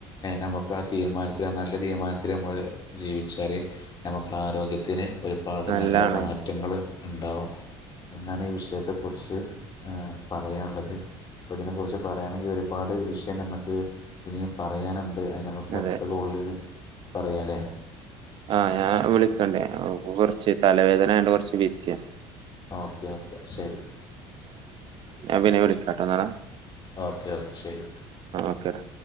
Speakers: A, on the left; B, on the right.
A: നമുക്ക് ആ തീരുമാനത്തിൽ ആ നല്ല തീരുമാനത്തിൽ നമ്മള് ജീവിച്ചാല് നമുക്ക് ആരോഗ്യത്തിന് ഒരുപാട്
B: നല്ലാണ്
A: നല്ല മാറ്റങ്ങൾ ഉണ്ടാവും എന്നാണ് ഈ വിഷയത്തെക്കുറിച്ച് പറയാനുള്ളത് അപ്പൊ ഇതിനെ കുറിച്ച് പറയയാണെങ്കിൽ ഒരുപാട് വിഷയം നമുക്ക് ഇനിയും പറയാനുണ്ട് ണ്ട് അ നമുക്ക്
B: അതെ
A: അടുത്ത കോള്ളിൽ പറയാല്ലേ
B: ആഹ് ഞാൻ വിളിക്കണ്ടേ കുറച്ച് തലവേദനണ്ട് കുറച്ച് വിസിയ
A: ഓക്കേ ഓക്കെ ശരി
B: ഞാ പിന്നെ വിളാട്ടോ എന്നാെ
A: ഓക്കെ ഓക്കേ ശരി
B: ഓക്കെടാ